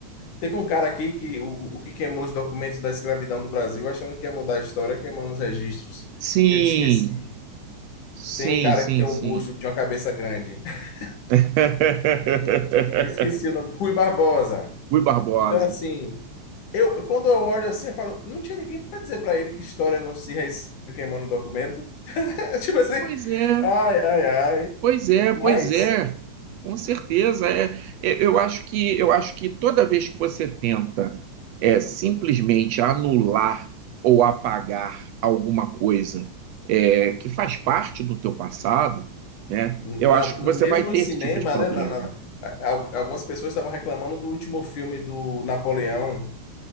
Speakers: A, on the left; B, on the right.
A: Teve um cara aqui que o, o que queimou os documentos da escravidão do Brasil, achando que ia mudar a história, queimando os registros.
B: sim,
A: Eu esqueci.
B: sim,
A: Tem um cara
B: sim,
A: que tem
B: sim.
A: um busto, que tinha uma cabeça grande. <laughs>
B: <laughs>
A: Eu esqueci o nome, Rui Barbosa.
B: Rui Barbosa.
A: Então, assim, eu quando eu olho assim, eu falo, não tinha ninguém para dizer para ele que história não se reescreve queimando documento. <laughs> Tipo assim,
B: Pois é,
A: ai, ai, ai.
B: pois é,
A: Mas,
B: pois é. Com certeza. É, é, eu acho que eu acho que toda vez que você tenta é, simplesmente anular ou apagar alguma coisa é, que faz parte do teu passado, né?
A: na-
B: Eu acho que você
A: mesmo
B: vai ter
A: em cinema,
B: esse tipo de problema.
A: né? na- na- a- algumas pessoas estavam reclamando do último filme do Napoleão.